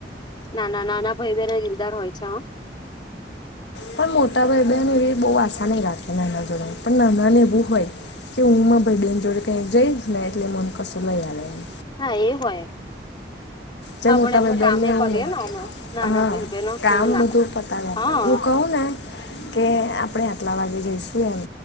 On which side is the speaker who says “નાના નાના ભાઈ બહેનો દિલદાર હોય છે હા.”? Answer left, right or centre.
Left